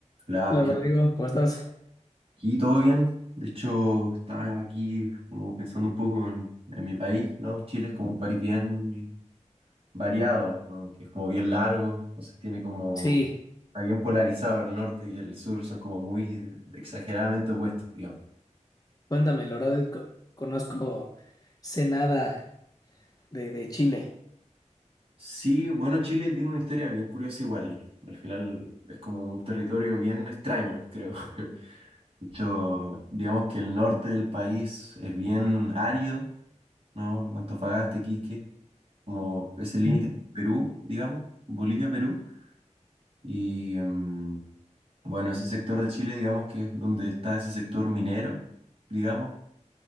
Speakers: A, on the right; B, on the left.
A: Hola,
B: Hola
A: ¿qué
B: Rodrigo,
A: onda?
B: ¿cómo estás?
A: aquí todo bien. De hecho, estaba aquí como pensando un poco en, en mi país, ¿no? Chile es como un país bien variado, ¿no? Que es como bien largo, entonces tiene como,
B: Sí,
A: está bien polarizado el norte y el sur, son como muy eh, exageradamente opuestos, digamos.
B: cuéntame, la verdad co- conozco sé nada de, de Chile.
A: Sí, bueno, Chile tiene una historia bien curiosa igual. Al final es como un territorio bien extraño, creo. <laughs> De hecho, digamos que el norte del país es bien árido, ¿no? Antofagasta, Iquique. como ese límite
B: ¿Mm?
A: con Perú, digamos, Bolivia-Perú. Y mm, bueno, ese sector de Chile, digamos que es donde está ese sector minero, digamos,